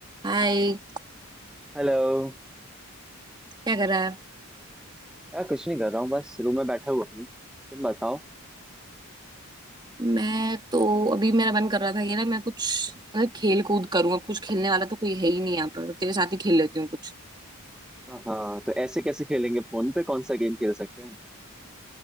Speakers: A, on the right; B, in the centre.
A: हाय
B: Hello
A: क्या कर रहा है
B: यार कुछ नहीं कर रहा हूँ बस रूम में बैठा हुआ हूँ तुम बताओ
A: मैं तो अभी मेरा मन कर रहा था ये ना मैं कुछ मतलब खेल कूद करूँ अब कुछ खेलने वाला तो कोई है ही नहीं यहाँ पर तेरे साथ ही खेल लेती हूँ कुछ
B: हाँ तो ऐसे कैसे खेलेंगे फोन पे कौन सा गेम खेल सकते हैं